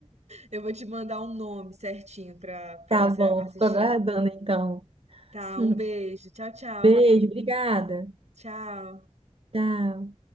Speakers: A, on the right (about 70°); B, on the right (about 50°).
A: Eu vou te mandar o nome certinho pra, pra
B: Tá
A: você
B: bom,
A: assistir.
B: fico aguardando então.
A: Tá,
B: <laughs>
A: um beijo. Tchau, tchau.
B: Beijo, obrigada.
A: Tchau.
B: Tchau.